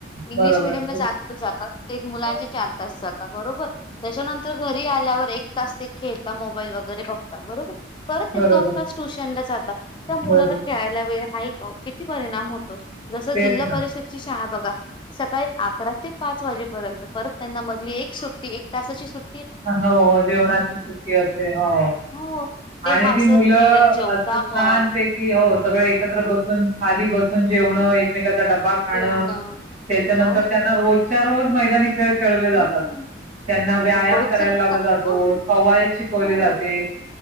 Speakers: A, on the left; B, on the right.
A: इंग्लिश
B: बरोबर
A: मिडियमला
B: हो
A: जातात तर जातात, ते मुलांचे
B: ना
A: चार तास जातात. बरोबर, त्याच्यानंतर घरी आल्यावर एक तास ते खेळता, मोबाईल वगैरे बघ बरोबर परत
B: बरोबर
A: एक दोन तास ट्युशनला जाता त्या मुलाला
B: बरोबर
A: खेळायला वे हय का किती परिणाम होत जस
B: तेच
A: जिल्हा
B: ना
A: परिषदची शाळा बघा सकाळी अकरा ते पाच वाजेपर्यंत परत त्यांना मधली एक सुट्ट एक तासाची सुट
B: हो हो जेवणाची सुट्टी असते हो
A: हो ते
B: आणि
A: हसत
B: ती मुलं
A: खेळत जेवता
B: असं
A: पण
B: छान ते की हो सगळे एकत्र
A: हम्म
B: बसून खाली बस जेवणं एक ेचा डबा खाणं
A: जेवण
B: त्याच्यानंतर
A: हा
B: त्यांना रोजच्या रोज खळ <unintelligible> खेळले जातात
A: हम्म
B: त्यांना व्यायाम
A: रोजचे
B: करायला
A: रोज
B: लावला
A: हा
B: जातो कवायत शिकवली
A: हो.
B: जाते